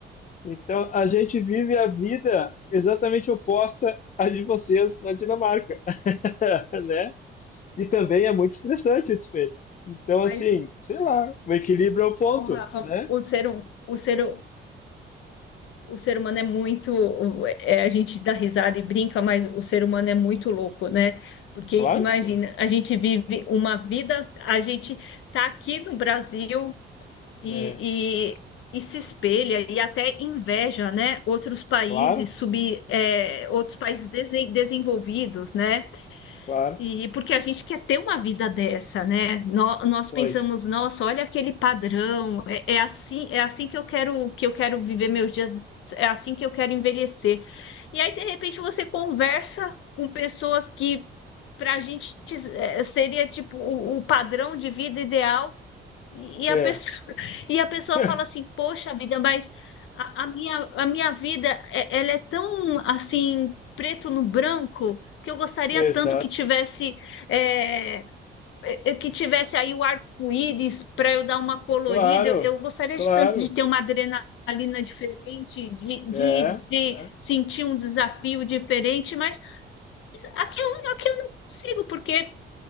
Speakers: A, on the left; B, on the left.
A: então a gente vive a vida exatamente oposta à de vocês na Dinamarca, <laughs> né? E também é muito estressante o espelho. Então,
B: Mas,
A: assim, sei lá, o equilíbrio é o ponto,
B: ô, Rafa,
A: né?
B: o ser, hum- o ser, hu- o ser humano é muito. o- é, a gente dá risada e brinca, mas o ser humano é muito louco, né? Porque
A: Claro
B: imagina,
A: que sim.
B: a gente vive uma vida, a gente tá aqui no Brasil e,
A: É,
B: e, e se espelha e até inveja, né? Outros países
A: claro,
B: sub, é, outros países desen- desenvolvidos, né?
A: claro.
B: E porque a gente quer ter uma vida dessa, né? Nó- Nós,
A: Pois,
B: pensamos, nossa, olha aquele padrão, é, é assim, é assim que eu quero que eu quero viver meus dias, é assim que eu quero envelhecer. E aí, de repente, você conversa com pessoas que para a gente é, seria tipo o, o padrão de vida ideal e, e
A: é.
B: a pessoa, <laughs> e a pessoa
A: <laughs>
B: fala assim, poxa vida, mas a, a minha, a minha vida, é- ela é tão assim, preto no branco, que eu gostaria
A: Exato.
B: tanto que tivesse, é, é, é, que tivesse aí o arco-íris para eu dar uma colorida.
A: Claro,
B: Eu, eu gostaria
A: claro.
B: de tanto de ter uma adrenalina diferente, de,
A: É,
B: de, de
A: é,
B: sentir um desafio diferente, mas aqui eu, aqui eu não consigo, porque